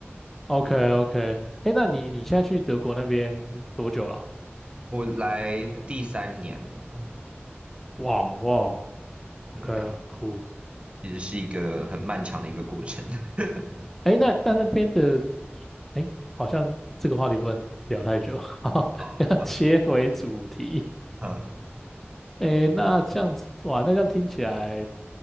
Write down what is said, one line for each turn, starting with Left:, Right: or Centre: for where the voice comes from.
Centre: OK OK，哎，
Right: <laughs>
Centre: 那你你现在去德国那边多久了？
Right: 我来第三年了，
Centre: 哇哦哇 o
Right: 对呀、
Centre: k
Right: 啊
Centre: cool，
Right: 其实是一个很漫长的一个过程。<laughs>
Centre: 哎，诶那但那边的，哎，好像这个话题不能聊太久，<laughs> 哈哈，
Right: 嗯，
Centre: 要切回主题。
Right: 好，嗯，
Centre: 诶，那这样子，哇，那这样听起来，